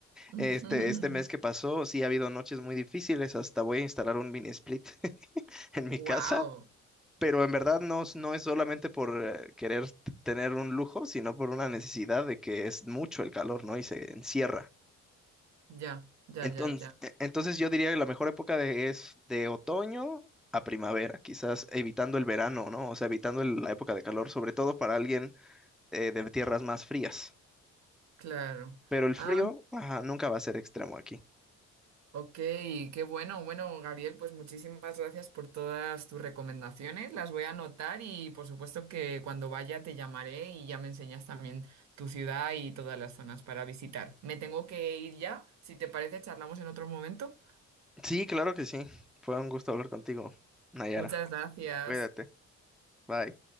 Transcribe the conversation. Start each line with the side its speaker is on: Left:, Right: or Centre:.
Right: <laughs>
Centre: Este, este mes que pasó, sí ha habido noches muy difíciles. Hasta voy a instalar un mini split <laughs> en mi
Right: Wow,
Centre: casa pero en verdad no, es- no es solamente por eh, querer t- tener un lujo, sino por una necesidad de que es mucho el calor, ¿no? Y se encierra.
Right: ya, ya,
Centre: Entonces,
Right: ya, ya,
Centre: e- entonces yo diría que la mejor época de, es de otoño a primavera, quizás evitando el verano, ¿no? O sea, evitando el- la época de calor, sobre todo para alguien eh, de tierras más frías.
Right: claro.
Centre: Pero el frío,
Right: Ah,
Centre: ajá, nunca va a ser extremo aquí.
Right: ok, qué bueno. Bueno, Gabriel, pues muchísimas gracias por todas tus recomendaciones. Las voy a anotar y por supuesto que cuando vaya te llamaré y ya me enseñas también tu ciudad y todas las zonas para visitar. Me tengo que ir ya. Si te parece, charlamos en otro momento.
Centre: Sí, claro que sí. Fue un gusto hablar contigo, Nayara.
Right: Muchas gracias.
Centre: Cuídate. Bye.